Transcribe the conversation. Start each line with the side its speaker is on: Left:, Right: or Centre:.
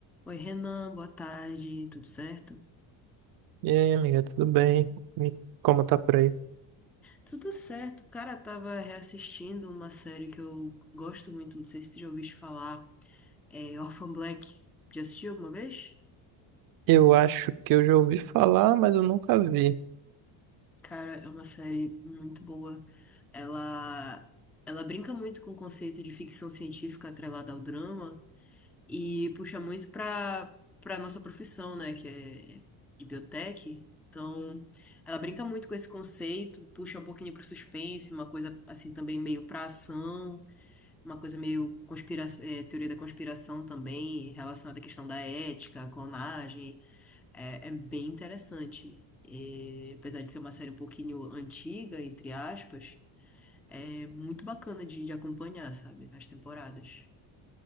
Centre: Oi, Renan, boa tarde, tudo certo?
Right: E aí, amiga, tudo bem? E como tá por aí?
Centre: Tudo certo, cara, tava reassistindo uma série que eu gosto muito, não sei se tu já ouviste falar, é Orphan Black. Já assistiu alguma vez?
Right: Eu acho que eu já ouvi falar, mas eu nunca vi.
Centre: Cara, é uma série muito boa. Ela, ela brinca muito com o conceito de ficção científica atrelada ao drama. E puxa muito para para nossa profissão, né, que é de biotech. Então, ela brinca muito com esse conceito, puxa um pouquinho para o suspense, uma coisa assim também meio para ação, uma coisa meio conspira eh, teoria da conspiração também, relacionada à questão da ética, à clonagem. É, é bem interessante. E, apesar de ser uma série um pouquinho antiga, entre aspas, é muito bacana de, de acompanhar, sabe, as temporadas.